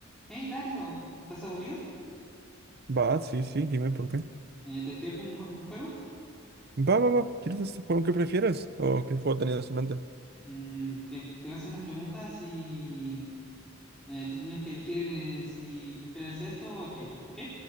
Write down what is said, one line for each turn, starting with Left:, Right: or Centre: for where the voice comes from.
Centre: Hey Dario, ¿estás aburrido?
Right: Va, sí, sí, dime por qué.
Centre: Eh, ¿te gustaría jugar un, jue- un juego?
Right: Va, va, va. ¿Quieres este juego que prefieres? ¿O qué juego tenías en mente?
Centre: Mm, que te voy a hacer unas preguntas y eh, tú tienes que elegir eh, si prefieres esto o aquello, ¿ok?